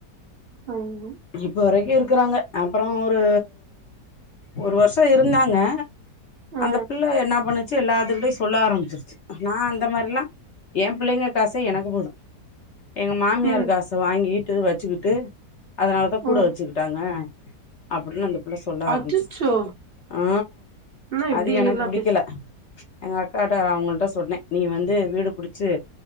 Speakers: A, on the right; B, on the left.
A: ஆமா
B: இப்போ வரைக்கு இருக்குறாங்க அப்றோ ஒரு ஒரு வருஷோ இருந்தாங்க
A: ஆ,
B: அந்த பிள்ள என்னா பண்ணுச்சு எல்லாதுக்கிட்டயு சொல்ல ஆரம்பிச்சிருச்சு நா அந்த மாரில்லா என் பிள்ளைங்க காசே எனக்கு போது எங்க மாமியார்
A: ம்,
B: காச வாங்கிட்டு வெச்சுக்கிட்டு அதனாலதா கூட
A: ஆ.
B: வெச்சுக்கிட்டாங்க அப்டின்னு அந்த புள்ள சொல்ல
A: அச்சச்சோ!
B: ஆரம்பிச்சிருச்சு ஆ
A: என்ன இப்படியெல்லாம்
B: அது எனக்கு புடிக்கல
A: பேசு
B: எங்க அக்காட்ட அவுங்கள்ட்ட சொன்ன நீ வந்து வீடு புடுச்சு